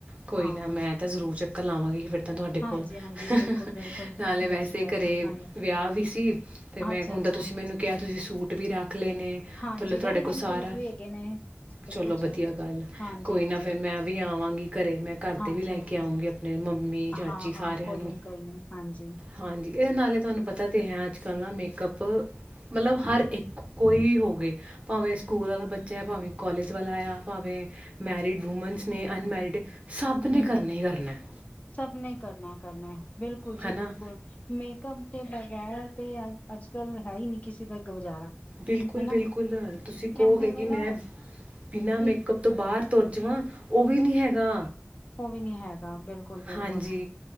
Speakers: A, on the right; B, on the left.
A: ਕੋਈ
B: ਹਾਂ
A: ਨਾ ਮੈਂ ਤਾਂ ਜ਼ਰੂਰ ਚੱਕਰ ਲਾਵਾਂਗੀ ਫਿਰ ਤਾਂ ਤੁਹਾਡੇ
B: ਹਾਂਜੀ
A: ਕੋਲ--ਨਾਲੇ
B: ਹਾਂਜੀ ਬਿਲਕੁਲ ਬਿਲਕੁਲ ਮੋਸਟ
A: ਵੈਸੇ
B: ਵੈਲਕਮ
A: ਘਰੇ
B: ਹਾਂਜੀ
A: ਵਿਆਹ ਵੀ ਸੀ ਤੇ
B: ਅੱਛਾ
A: ਮੈਂ ਹੁਣ
B: ਅੱਛਾ
A: ਤਾਂ ਤੁਸੀਂ ਮੈਨੂੰ ਕਿਆ ਤੁਸੀਂ ਸੂਟ ਵੀ ਰੱਖ ਲੈਣੇ,
B: ਹਾਂਜੀ
A: ਤੁਹਾਡੇ
B: ਰੈਡੀਮੇਡ
A: ਕੋਲ ਸਾਰਾ
B: ਸੂਟ ਵੀ ਹੈਗੇ ਨੇ ਸਭ
A: ਚਲੋ
B: ਕੁਛ
A: ਵਧੀਆ
B: ਹੈ
A: ਗੱਲ ਆ
B: ਹਾਂਜੀ
A: ਕੋਈ
B: ਹਾਂਜੀ
A: ਨਾ ਫੇਰ ਮੈਂ ਵੀ ਆਵਾਂਗੀ ਘਰੇ ਮੈਂ ਘਰ
B: ਹਾਂਜੀ
A: ਦੇ ਵੀ ਲੈ
B: ਹਾਂਜੀ
A: ਕੇ ਆਊਂਗੀ ਅਪਣੇ ਮੰਮੀ ਚਾਚੀ
B: ਹਾਂ ਹਾਂ
A: ਸਾਰਿਆਂ
B: ਕੋਈ
A: ਨੂੰ
B: ਨੀ ਕੋਈ ਨੀ ਹਾਂਜੀ।
A: ਹਾਂਜੀ ਇਹ ਦੇ ਨਾਲੇ ਤੁਹਾਨੂੰ ਪਤਾ ਤੇ ਹੈ ਅੱਜ-ਕੱਲ ਨਾ ਮੇਕਅੱਪ, ਮਲਬ ਹਰ ਇੱਕ ਕੋਈ ਹੋਵੇ ਭਾਵੇਂ ਸਕੂਲ ਵਾਲਾ ਬੱਚਾ ਐ, ਭਾਵੇਂ ਕੋਲਜ ਵੱਲ ਆਇਆ, ਭਾਵੇਂ ਮੈਰਿਡ ਵੂਮਨਸ ਨੇ, ਅਨਮੈਰਿਡ ਸਭ ਨੇ
B: ਹੂੰ,
A: ਕਰਨਾ
B: ਹੂੰ,
A: ਹੀ ਕਰਨਾ ਹੈ
B: ਸਭ ਨੇ ਕਰਨਾ ਕਰਨਾ। ਬਿਲਕੁਲ ਜੀ,
A: ਹੈ ਨਾ
B: ਬਿਲਕੁਲ। ਮੇਕਅਪ ਤੇ ਬਗੈਰ ਤੇ ਅੱਜ-ਕੱਲ ਹੈ ਹੀ ਨੀ ਕਿਸੇ ਦਾ ਗੁਜ਼ਾਰਾ
A: ਬਿਲਕੁਲ
B: ਹਨਾ
A: ਬਿਲਕੁਲ, ਤੁਸੀਂ ਕਓਗੇ
B: ਕਹਿੰਦੇ
A: ਕਿ
B: ਨੇ
A: ਮੈਂ
B: ਨਾ
A: ਬਿਨਾਂ
B: ਕਿ
A: ਮੇਕਅਪ ਤੋਂ ਬਾਰ ਤੁਰ ਜਵਾਂ, ਓ ਵੀ ਨੀ ਹੈਗਾ।
B: ਓ ਵੀ ਨੀ ਹੈਗਾ। ਬਿਲਕੁਲ, ਬਿਲਕੁਲ।
A: ਹਾਂਜੀ